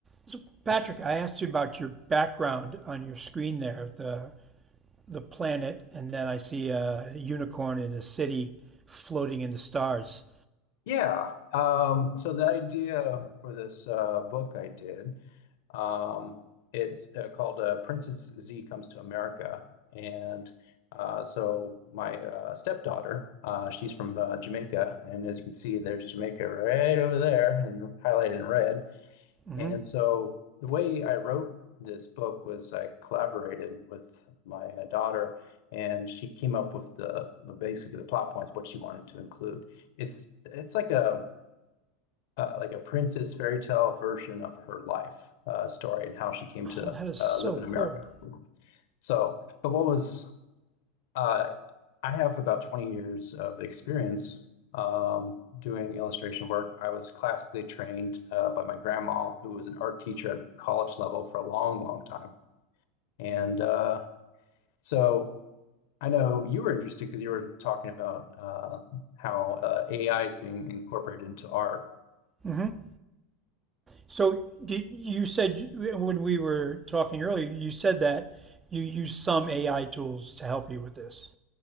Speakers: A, on the right; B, on the left.
A: So Patrick, I asked you about your background on your screen there, the the planet, and then I see a unicorn in a city floating in the stars.
B: Yeah. Um, so the idea for this uh, book I did, um, it's uh, called uh, Princess Z Comes to America. And uh, so my uh, stepdaughter, uh, she's from uh, Jamaica. And as you can see, there's Jamaica right over there and highlighted in red.
A: hmm
B: And so the way I wrote this book was I collaborated with my uh, daughter, and she came up with the basically the plot points, what she wanted to include. It's it's like a uh, like a princess fairy tale version of her life uh, story and how she came
A: Oh,
B: to
A: that is
B: uh,
A: so
B: live in America.
A: cool.
B: So, but what was uh, I have about 20 years of experience um, doing illustration work. I was classically trained uh, by my grandma, who was an art teacher at college level for a long, long time. And uh, so I know you were interested because you were talking about uh, how uh, AI is being incorporated into art.
A: hmm So you said when we were talking earlier, you said that you use some AI tools to help you with this.